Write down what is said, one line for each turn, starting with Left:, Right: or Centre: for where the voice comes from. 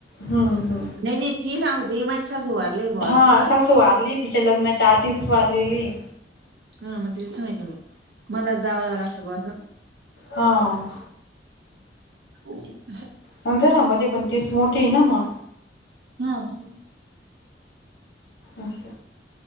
Left: हम्म हम्म
Right: नाही नाही. ती सांगत ती माझी सासू वारली. ब असं
Left: हां. सासू वारलीए तिची. तिच्या लग्नाच्या आधीच वारलेली ए.
Right: हा. मग ति तेच म्हणायची म. मलाच जावं यावं लागतं बुवा असं.
Left: हां.
Right: हो.
Left: पण घरामध्ये पण तीच मोठठी ए ना मग?
Right: हम्म.
Left: अस.